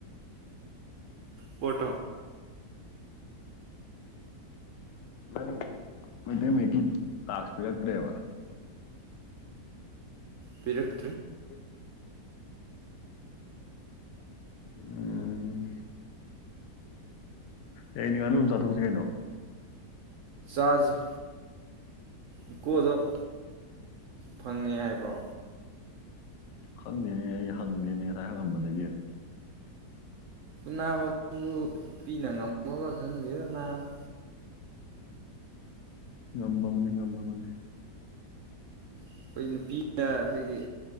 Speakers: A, on the right; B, on the left.
A: ꯄꯇꯣ
B: ꯅ ꯅꯪ ꯃꯩꯇꯩ ꯃꯌꯦꯛꯀꯤ ꯇꯥꯛꯁ ꯄꯤꯔꯛꯇ꯭ꯔꯦꯕ
A: ꯄꯤꯔꯛ
B: ꯍꯗ ꯎꯝ ꯑꯦ ꯅꯤꯡꯉꯥ ꯑꯗꯨ ꯆꯥꯊꯣꯛꯁꯤ ꯀꯩꯅꯣ
A: ꯆꯖꯩ ꯏꯀꯣꯗꯣꯞ ꯐꯪꯉꯦ ꯍꯥꯏꯕ꯭ꯔꯣ
B: ꯈꯪꯗꯦꯅꯦ ꯑꯩ ꯍꯪꯒꯦꯅꯦ ꯉꯁꯥꯏ ꯍꯪꯉꯝꯕꯗꯒꯤ
A: ꯅꯥꯕ ꯑꯗꯨꯁꯨ ꯄꯤꯛꯅ ꯉꯝꯃꯕ꯭ꯔꯥ ꯈꯪꯗꯦꯔ ꯅꯥꯕ
B: ꯉꯝꯕ ꯃꯅꯤ ꯉꯝꯕ ꯃꯅꯤ
A: ꯑꯩꯈꯣꯏ ꯅꯨꯄꯤꯅ ꯑꯩꯈꯣꯏꯒꯤ